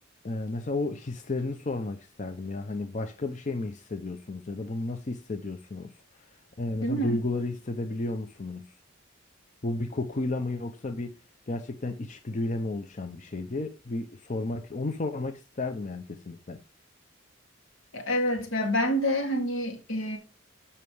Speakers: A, on the left; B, on the left.
A: Ee, mesela o hislerini sormak isterdim ya. Hani başka bir şey mi hissediyorsunuz ya da bunu nasıl hissediyorsunuz? Ee, mesela
B: Değil mi?
A: duyguları hissedebiliyor musunuz? Bu bir kokuyla mı yoksa bir gerçekten içgüdüyle mi oluşan bir şey diye bir sormak, onu sormak isterdim yani kesinlikle.
B: Ya Evet ve ben de hani e,